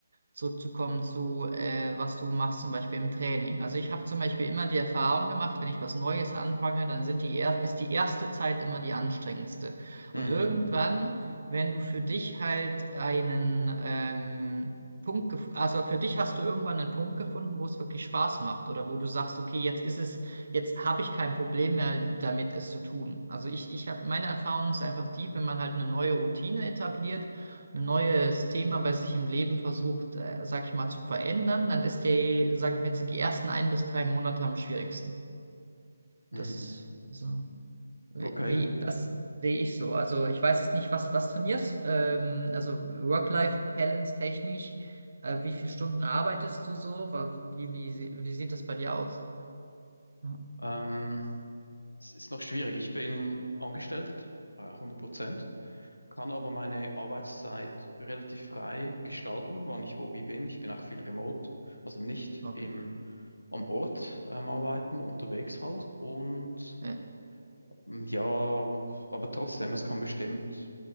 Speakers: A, on the right; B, on the left.
A: zurückzukommen zu, äh, was du machst, zum Beispiel im Training. Also ich habe zum Beispiel immer die Erfahrung gemacht, wenn ich was Neues anfange, dann sind die er ist die erste Zeit immer die anstrengendste.
B: Mhm.
A: Und irgendwann, wenn du für dich halt einen ähm, Punkt, gef- also für dich hast du irgendwann einen Punkt gefunden, wo es wirklich Spaß macht oder wo du sagst, okay, jetzt ist es, jetzt habe ich kein Problem mehr damit, es zu tun. Also ich, ich habe, meine Erfahrung ist einfach die, wenn man halt eine neue Routine etabliert, ein neues Thema bei sich im Leben versucht, äh, sag ich mal, zu verändern, dann ist die, sag ich mal, sind die ersten ein bis drei Monate am schwierigsten. Das
B: Mhm.
A: ist so, wie,
B: Okay.
A: wie- das sehe ich so. Also ich weiß jetzt nicht, was, was trainierst, ähm, also Work-Life-Balance technisch, äh, wie viele Stunden arbeitest du so? Wa- Wie, wie, sie- wie sieht das bei dir aus? Ja,
B: Ähm, es ist noch schwierig. Ich bin angestellt, äh, 100 Prozent. kann aber meine Arbeitszeit relativ frei gestalten, wann ich wo wie bin. Ich bin auch viel remote, also nicht
A: okay.
B: im, am Ort ähm, arbeiten, unterwegs halt. Und
A: Ja,
B: ähm, ja, aber trotzdem, es kann bestimmt